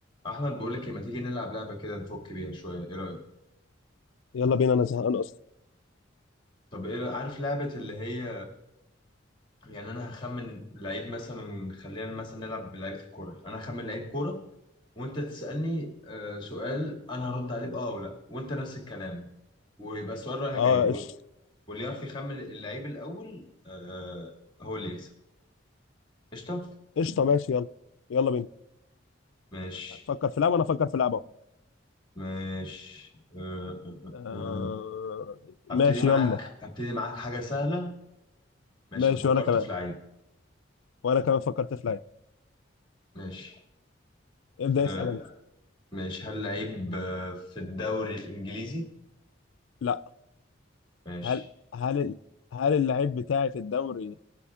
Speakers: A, on the left; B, on the left.
A: احمد بقول لك إيه، ما تيجي نلعب لعبه كده نفك بيها شويه ايه رايك
B: يلا بينا انا زهقان اصلا
A: طب ايه رأيك؟ عارف لعبه اللي هي يعني انا هخمن لعيب مثلا خلينا مثلا نلعب بلعيبه الكوره انا هخمن لعيب كوره وانت تسالني آه، سؤال انا هرد عليه باه او لا وانت نفس الكلام ويبقى السؤال رايح
B: اه
A: جاي و-
B: قشطه
A: واللي يعرف يخمن اللعيب الاول آه، هو اللي يكسب قشطه
B: قشطه ماشي يلا يلا بينا
A: ماشي
B: هتفكر في لعبه وانا افكر في لعبه
A: ماشي آه، آه،
B: آه
A: آه. آه. هبتدي
B: ماشي
A: معاك
B: يلا
A: هبتدي معاك حاجه سهله ماشي
B: ماشي
A: انا فكرت
B: وانا كمان
A: في لعيب
B: وانا كمان فكرت في لعبه
A: ماشي
B: ابدا
A: آه،
B: اسال انت
A: ماشي هل لعيب آه، في الدوري الإنجليزي؟
B: لا
A: ماشي
B: هل هل ال- هل اللعيب بتاعي في الدوري